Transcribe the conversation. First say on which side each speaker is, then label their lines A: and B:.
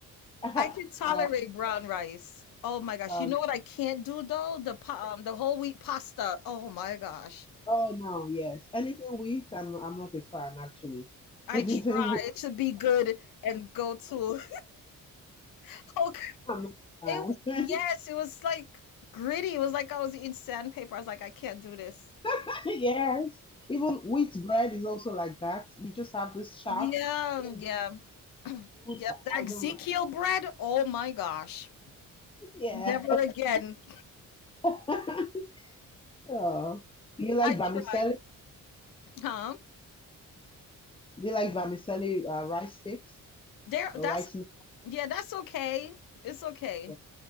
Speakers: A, on the left; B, on the left.
A: <laughs>
B: I can tolerate
A: I,
B: brown rice. Oh my gosh!
A: um,
B: You know what I can't do though? The pa- um, the whole wheat pasta. Oh my gosh!
A: oh no, yes. Anything weak, I'm I'm not a fan actually. <laughs>
B: I
A: Anything
B: tried
A: weak,
B: to be good and go to <laughs> okay.
A: I'm not a
B: It was-
A: fan.
B: yes, it was like gritty. It was like I was eating sandpaper. I was like, I can't do this.
A: <laughs> Yes. Even wheat bread is also like that. You just have this chaff
B: Yeah,
A: in
B: yeah,
A: the food.
B: yep.
A: I
B: That
A: I
B: Ezekiel
A: don't like
B: bread. Oh my gosh!
A: it. Yeah.
B: Never again.
A: <laughs> Oh. Do you like
B: I
A: vermicelli?
B: tried. Huh?
A: Do you like vermicelli uh, rice sticks
B: There
A: or
B: that's
A: rice noodles?
B: yeah, that's okay. It's okay.
A: Yeah,